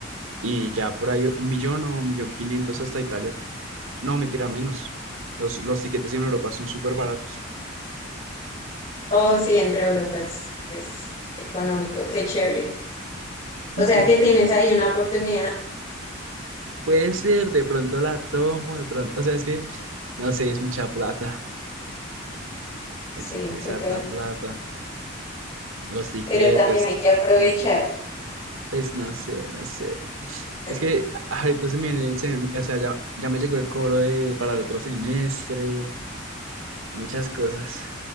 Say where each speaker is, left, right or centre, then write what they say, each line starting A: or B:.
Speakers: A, on the right; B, on the left.
A: y ya por ahí un millón o un millón quinientos hasta Italia. No, mentira, menos. Los los tiquetes en Europa son súper baratos.
B: Oh, sí, entre Europa es, es económico, qué chévere. O
A: <clears throat>
B: sea que tienes
A: Sí.
B: ahí una oportunidad.
A: Puede ser, de pronto la tomo, de pronto, o sea, es que, no sé, es mucha plata, es,
B: Sí,
A: es
B: toca.
A: harta plata, los tiquetes,
B: Pero también hay que aprovechar.
A: mm, pues no sé, no sé.
B: <laughs>
A: Es que a- ahorita se me viene el sem- o sea, ya, ya me llegó el cobro de, para el otro semestre, muchas cosas,